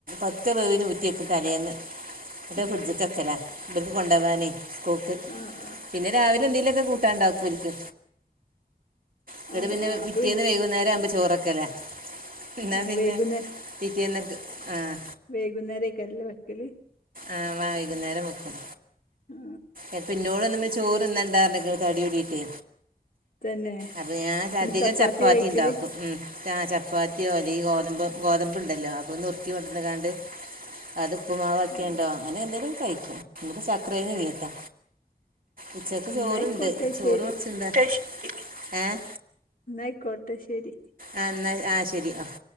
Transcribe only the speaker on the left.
<inaudible>
ആഹ് ആഹ്
ആഹ്
ആഹ്
അപ്പൊ പിന്നെ
ആ
വൈകുന്നേ
വൈകുന്നേരെയ്ക്കാരലെ വെക്കല്
ആ
തന്നെ
ന്നിട്ട്
ചപ്പാത്തിയാ
കഴിക്കല്
ആ
ന്നായിക്കോട്ടെ
ശരി
ന്നാ അയിക്കോട്ടെ ശരി.